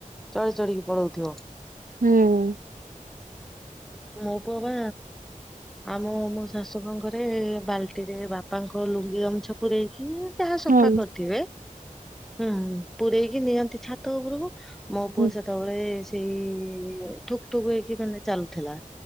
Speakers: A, in the centre; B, on the right.
A: ଚଢି ଚଢିକି ପଳଉଥିବ।
B: ହୁଁ।
A: ମୋ ପୁଅ ବା ଆମ ମୋ ଶାଶୁ କଣ କରେ ବାଲ୍ଟିରେ ବାପାଙ୍କ ଲୁଙ୍ଗି ଗାମୁଛା ପୁରେଇକି ଯାହା ସଫା
B: ହୁଁ
A: କରିଥିବେ ।ହୁଁ ପୂରେଇକି ନିଅନ୍ତି ଛାତ ଉପରକୁ ମୋ ପୁଅ
B: ହୁଁ
A: ସେତେବେଳେ ସେଇ ଠୁକ୍ ଠୁକ୍ ହେଇକି ମାନେ ଚାଲୁଥିଲା।